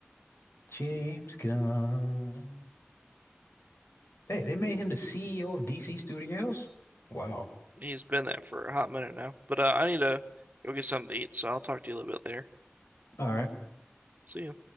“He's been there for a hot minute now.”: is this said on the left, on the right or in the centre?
Right